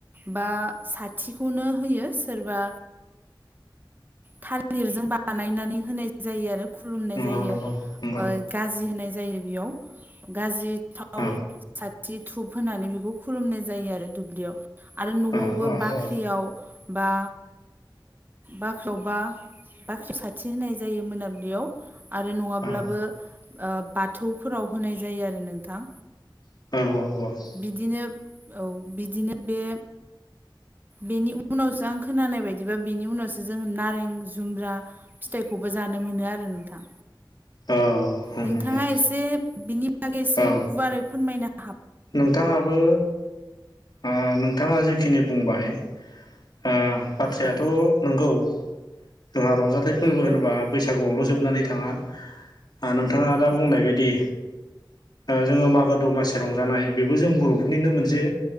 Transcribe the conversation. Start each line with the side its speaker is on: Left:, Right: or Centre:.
Right: बा साथिखौनो होयो सोरबा। थालिरजों बानायनानै होनाय जायो आरो खुलुमनाय
Left: नंगौ
Right: जायो।
Left: नंगौ नंगौ
Right: गाज्रि होनाय जायो बेयाव। गाज्रि थाव
Left: औ
Right: साथि धुप होनानै बेखौ खुलुमनाय जायो आरो दुब्लियाव। आरो नआवबो
Left: औ
Right: बाख्रियाव
Left: औ
Right: बा बाख्रियावबा बाख्रि साथि होनाय जायो मोनाबिलियाव आरो नङाब्लाबो।
Left: औ औ
Right: बाथौफोराव होनाय जायो आरो नोंथां।
Left: औ
Right: बिदिनो औ बिदिनो बे बेनि उनावसो आं खोनानाय बायदिबा बेनि उनावसो जों नारें जुम्ब्रा। फिथाइखौबो जानो मोनो आरो नोंथां।
Left: औ होम
Right: नोंथाङा
Left: होम होम
Right: एसे बिनि बागैसो
Left: औ
Right: गुवारै फोरमायना
Left: नोंथाङाबो ओ-नोंथाङा जिखिनि बुंबाय ओ-बाथ्रायाथ
Right: औ
Left: नोंगौ। जोंहा रंजाथाइ फोरबो
Right: औ
Left: होनोबा बैसागुआवल जोबनानै थाङा। नोंथाङा दा
Right: औ
Left: बुंनाय बायदि जोङो मागो दमासि दङ रं जानाय बेबो जों बरफोरनिनो मोनसे।